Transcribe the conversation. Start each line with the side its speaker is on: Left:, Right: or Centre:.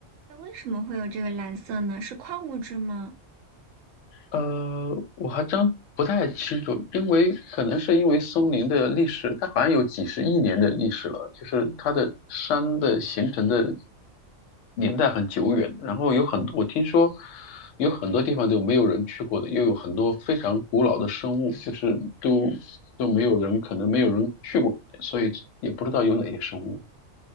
Right: 那为什么会有这个蓝色呢？是矿物质吗？
Left: 呃，我还真不太清楚，因为可能是因为松林的历史，它好像有几十亿年的历史了，就是它的山的形成的年代很久远，然后有很多，我听说有很多地方都没有人去过的，又有很多非常古老的生物，就是都都没有人，可能没有人去过，所以也不知道有哪些生物。